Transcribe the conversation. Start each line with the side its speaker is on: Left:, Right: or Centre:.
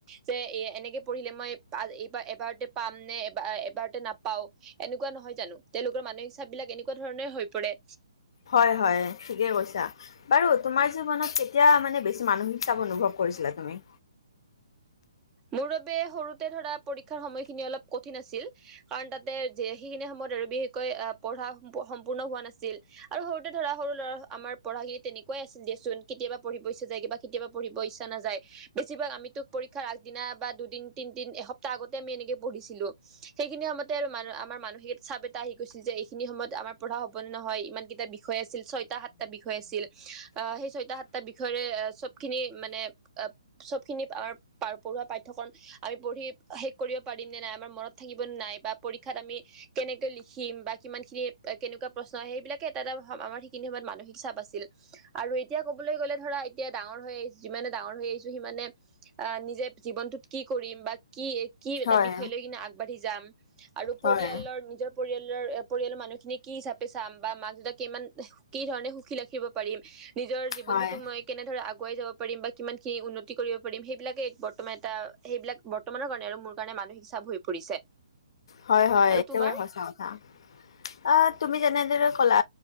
Right: যে এ এনেকে পঢ়িলে মই এইবাৰ এবাৰতে পাম নে এব এবাৰতে নাপাও এনেকুৱা নহয় জানো? তেওঁলোকৰ মানসিক কাবিলাক এনেকুৱা ধৰণৰে হৈ পৰে।
Left: হয়-হয় ঠিকে কৈছা। বাৰু তোমাৰ জীৱনত কেতিয়া মানে বেছি মানসিক চাপ অনুভৱ কৰিছিলা তুমি?
Right: মুৰবে সৰুত তে ধৰা পৰীক্ষাৰ সময়খিনি অলপ কঠিন আছিল, কাৰণ তাতে যে সেইখিনি সময়ত আৰু বিশেষকৈ আহ পঢ়া সম্পূৰ্ণ হোৱা নাছিল আৰু সৰুতে ধৰা সৰু ল'ৰা আমাৰ পঢ়াখিনি তেনেকুৱাই আছিল দিয়চোন কেতিয়াবা পঢ়িব ইচ্ছা যায় বা কেতিয়াবা পঢ়িব ইচ্ছা নাযায়, বে চি ভাগ, আমি ত পৰীক্ষাৰ আ বা দুদিন তিন তিন- তিন এসপ্তাহ আগতে আমি এনেকে পঢ়িছিলো। সেইখিনি সময়তে আৰু আমাৰ মানসিক চাপ এটা আহি গৈছিল যে এইখিনি সমত আমাৰ পঢ়া হ'ব নহয়। ইমান কিতাপ বিষয় আছিল। ছয়টা, সাতটা বিষয় আছিল আহ সেই ছয়টা সাতটা বিষয়ৰে চব খিনি মানে চব খিনি পাৰ পঢ়োৱা পাঠ্যক্ৰম আমি পঢ়ি শেষ কৰিব পাৰিম নে নাই আমাৰ মনত থাকিব নে নাই বা পৰীক্ষাত আমি কেনেকে লিখিম বা কিমান খিনি কেনেকুৱা প্ৰশ্ন আহ সেইবিলাকে এটা এটা আমাৰ সেইখিনি সময়ত মানসিক চাপ আছিল। আৰু এতিয়া কবলৈ গলে ধৰা এতিয়া ডাঙৰ হৈ আহিছ যিমানে ডাঙৰ হৈ আহিছো সিমানে আহ নিজে জীৱনটোত কি কৰিম বা কি-কি এটা
Left: হয়,
Right: বিষয় লৈ কিনে আগবাঢ়ি যাম- আৰু পৰিয়ালৰ
Left: হয়,
Right: নিজৰ পৰিয়াল জৰ পৰিয়ালৰ মানুহ খিনি কি হিচাপে চাম বা মাক দেউতাক কিমান কি ধৰণে সুখী ৰাখিব পাৰিম। নিজৰ জীৱনত
Left: হয়,
Right: মই কেনে ধৰে আগ আগুৱাই যাব পাৰিম বা কিমান খিনি উন্নতি কৰিব পাৰিম সেইবিলাক কেই বৰ্তমান এটা সেইবিলাক বৰ্তমানৰ কাৰণে আৰু মোৰ কাৰণে মানসিক চাপ হৈ পৰিছে।
Left: হয়-হয়
Right: আৰু
Left: একেবাৰে
Right: তোমাৰ
Left: সচা কথা। অহ তুমি যেনে দৰে কলা